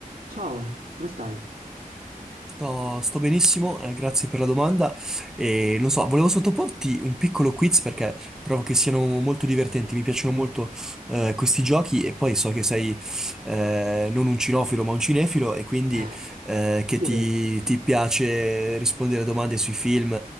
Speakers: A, on the right; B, in the centre.
A: Ciao, come stai?
B: Sto, sto benissimo, eh, grazie per la domanda. E non so, volevo sottoporti un piccolo quiz perché trovo che siano molto divertenti, mi piacciono molto eh, questi giochi e poi so che sei eh, non un cinofilo ma un cinefilo e quindi
A: <laughs>
B: eh, che
A: Sì,
B: ti, ti piace rispondere a domande sui film